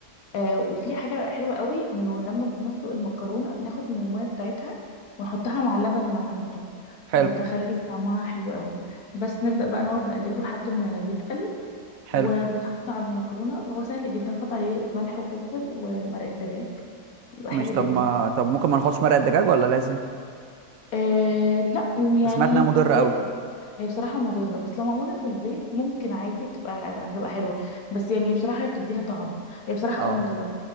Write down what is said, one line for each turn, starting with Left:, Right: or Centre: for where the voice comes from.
Left: آه وفي حاجة حلوة قوي انه لما بنسلق المكرونة ناخد من المية بتاعتها ونحطها مع اللبن اللي هنحطه
Right: حلو
Left: بتخلي طعمها حلو قوي بس نبدأ بقى نقعد نقلبه لحد ما يتقل
Right: حلو
Left: وبيتحط على المكرونة هو سهل جدا نحط عليه ملح وفلفل ومرقة دجاج بيبقى
Right: ماشي
Left: حلو
Right: طب
Left: جدا
Right: ما طب ممكن ما نحطش مرقه دجاج ولا لازم
Left: آه لا م- يعني
Right: سمعت انها مضره
Left: بيت-
Right: قوي
Left: هي بصراحة مضرة بس لو معمولة في البيت ممكن عادي تبقى هتبقى حلوة بس يعني بصراحة هي بتديها طعم هي بصراحة
Right: اه
Left: اه مضرة